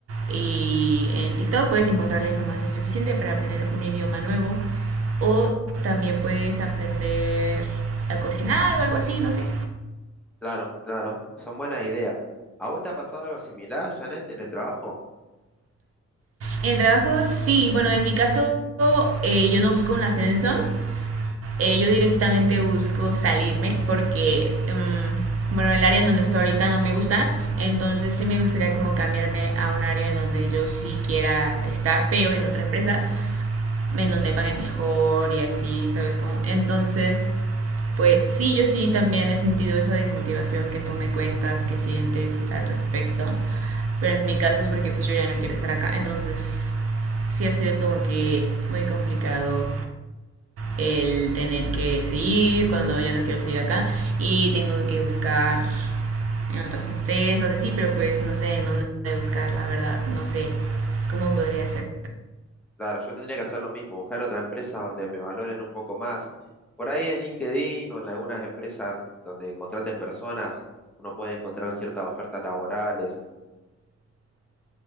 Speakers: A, on the right; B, in the centre.
A: y en TikTok puedes encontrar la información suficiente para aprender un idioma nuevo o también puedes aprender a cocinar o algo así, no sé.
B: Claro, claro, son buenas ideas. ¿A vos te ha pasado algo similar, Janet, en el trabajo?
A: En el trabajo sí, bueno, en mi caso eh, yo no busco un ascenso, eh, yo directamente busco salirme porque, mm, bueno, el área en donde estoy ahorita no me gusta, entonces sí me gustaría como cambiarme a un área en donde yo sí quiera estar, pero en otra empresa, en donde paguen mejor y así, ¿sabes cómo? Entonces, pues sí, yo sí también he sentido esa desmotivación que tú me cuentas, que sientes al respecto, pero en mi caso es porque pues yo ya no quiero estar acá, entonces sí ha sido como que muy complicado el tener que seguir cuando ya no quiero seguir acá y tengo que buscar en otras empresas, así, pero pues no sé en dónde buscar, la verdad, no sé cómo podría ser.
B: Claro, yo tendría que hacer lo mismo, buscar otra empresa donde me valoren un poco más. Por ahí en LinkedIn o en algunas empresas donde contraten personas, uno puede encontrar ciertas ofertas laborales.